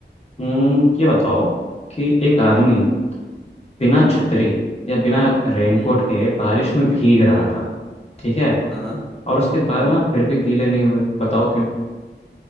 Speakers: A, on the left; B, in the centre.
A: हम्म ये बताओ कि एक आदमी
B: हम्म
A: बिना
B: हम्म
A: छतरी या बिना रेनकोट
B: हम्म
A: के बारिश में भीग
B: हम्म
A: रहा था ठीक है
B: हाँ
A: और उसके बाल
B: हम्म
A: ना फिर भी गीले नहीं हुए बताओ क्यों